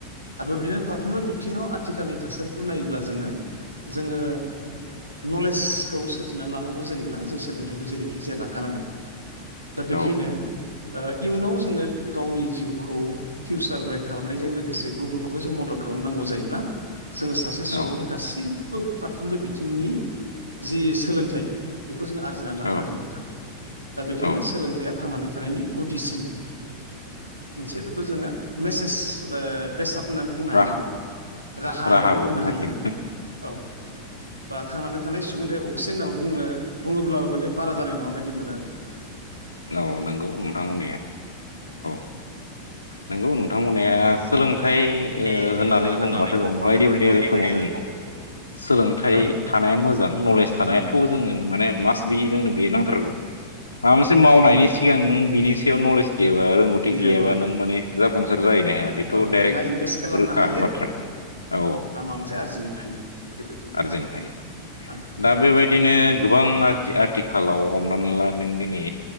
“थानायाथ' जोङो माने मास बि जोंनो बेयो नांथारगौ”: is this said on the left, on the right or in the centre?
Left